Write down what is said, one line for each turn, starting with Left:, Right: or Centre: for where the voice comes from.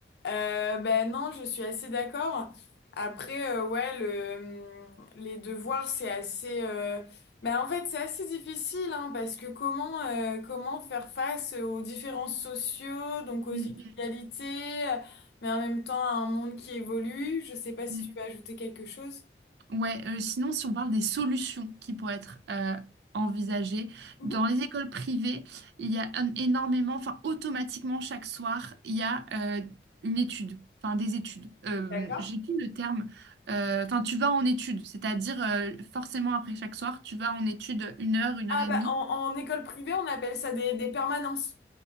Left: Euh, ben non, je suis assez d'accord. Après, euh, ouais, le, les devoirs, c'est assez... euh, ben en fait, c'est assez difficile, hein, parce que comment, euh, comment faire face aux différences sociaux, donc aux
Right: Mm,
Left: inégalités, euh, mais en même temps à un monde qui évolue. Je sais pas si
Right: mm, mm.
Left: tu veux ajouter quelque chose.
Right: Ouais, euh, sinon, si on parle des solutions qui pourraient être euh, envisagées,
Left: Mhm.
Right: dans les écoles privées, il y a un- énormément, enfin, automatiquement, chaque soir, il y a euh, une étude. Enfin, des études. Euh,
Left: D'accord.
Right: j'ai plus le terme. Euh, Enfin, tu vas en étude, c'est-à-dire euh, forcément après chaque soir, tu vas en étude une heure, une
Left: Ah
Right: heure et
Left: bah
Right: demie.
Left: en, en école privée, on appelle ça des, des permanences.